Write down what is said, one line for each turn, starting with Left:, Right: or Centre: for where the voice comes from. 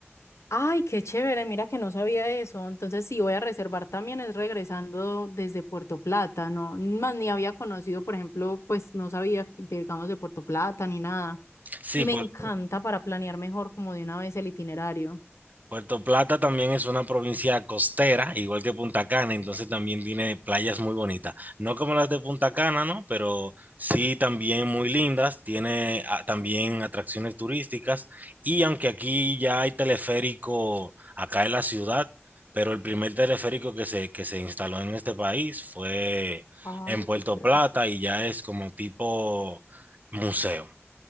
Left: Ay, qué chévere, mira que no sabía eso. Entonces, sí voy a reservar también es regresando desde Puerto Plata, ¿no? Más ni había conocido, por ejemplo, pues no sabía, que, digamos, de Puerto Plata ni nada.
Right: Sí,
Left: Y
Right: por,
Left: me encanta para planear mejor como de una vez el itinerario.
Right: Puerto Plata también es una provincia costera, igual que Punta Cana, entonces también tiene playas muy bonitas. No como las de Punta Cana, ¿no? Pero sí también muy lindas, tiene ah, también atracciones turísticas y aunque aquí ya hay teleférico acá en la ciudad, pero el primer teleférico que se, que se instaló en este país fue
Left: Ay,
Right: en Puerto
Left: qué chévere.
Right: Plata y ya es como tipo museo.